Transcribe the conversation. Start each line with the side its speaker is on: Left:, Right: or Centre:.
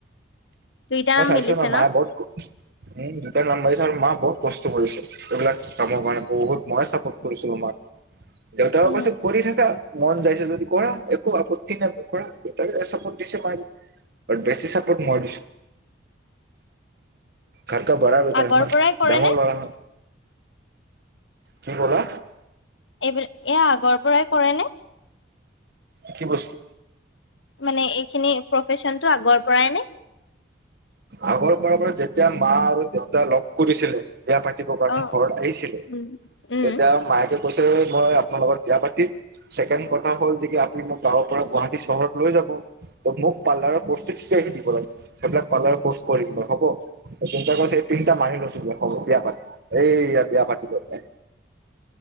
Left: দুইটা
Right: মই
Left: নাম
Right: চাইছো
Left: মিলিছে
Right: ন, মায়ে বহুত উমা নাম দি আৰু মা বহুত কষ্ট কৰিছে, এইবিলাক কামৰ কাৰণে বহুত মই চাপোৰ্ট কৰিছিলো মাক। দেউতায়ে
Left: উম।
Right: কৈছে কৰি থাকা। মন যাইছে যদি কৰা একো আপত টি নাই কৰা দেউতায়ে চাপৰ্ট দিছে ম বেছি চাপোৰ্ট মই দিছো। ঘৰকা বৰা বেটা
Left: আগৰ
Right: হেনা
Left: পৰাই কৰে
Right: ডাঙৰ
Left: নে
Right: ল'ৰা। কি ক'লা
Left: এইবিলাক এয়া আগৰ পৰাই কৰে নে?
Right: কি বস্তু
Left: মানে এইখিনি প্ৰফেচনটো আগৰ পৰাই নে?
Right: আগৰ পৰা পৰা যেতিয়া মা আৰু দেউতা লগ কৰিছিলে বিয়া পাতিব কাৰণে
Left: অ
Right: ঘৰত আহিছিলে
Left: উম, উম,
Right: তেতিয়া মাকে কৈছে মই আপোনাৰ লগত বিয়া পাতিম ছেকেণ্ড কথা হ'ল যে ত মোক গাঁৱৰ পৰা গুৱাহাটী চহৰত লৈ যাব ত মোক পাৰ্লাৰৰ কৰ্চটো শিকাই আহি দিব লাগে সেইবিলাক পাৰ্লাৰৰ কৰ্চ কৰিম বাৰু হ'ব ত তে কৈছ এই পিন্টা মানি লৈছো ব হ'ব বিয়া পাতিম এইয়া বিয়া পাতিব এ